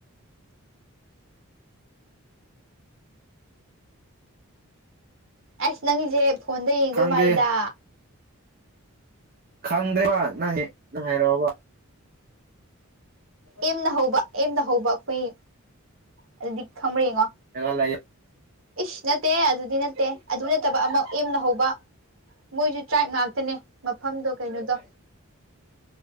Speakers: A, on the right (about 60°); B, on the right (about 40°).
A: ꯑꯩꯁ ꯅꯪꯒꯤꯁꯦ ꯐꯣꯟꯗ ꯌꯦꯡꯗꯣꯏ
B: ꯈꯪꯗꯦ
A: ꯃꯥꯜꯂꯤꯗ
B: ꯈꯪꯗ꯭ꯔꯦꯕ ꯅꯪ ꯅꯪ ꯍꯥꯏꯔꯛꯑꯣꯕ
A: ꯑꯦꯝꯅ ꯍꯧꯕ ꯑꯦꯝꯅ ꯍꯧꯕ ꯑꯩꯈꯣꯏ ꯑꯗꯨꯗꯤ ꯈꯪꯕ꯭ꯔ ꯌꯦꯡꯉꯣ
B: ꯒꯥ ꯂꯩ
A: ꯏꯁꯁ ꯅꯠꯇꯦ ꯑꯗꯨꯗꯤ ꯅꯠꯇꯦ ꯑꯗꯨ ꯅꯠꯇꯕ ꯑꯃ ꯑꯦꯝꯅ ꯍꯧꯕ ꯃꯣꯏꯁꯨ ꯇ꯭ꯔꯥꯏꯕ ꯉꯥꯛꯇꯅꯦ ꯃꯐꯝꯗꯣ ꯀꯩꯅꯣꯗꯣ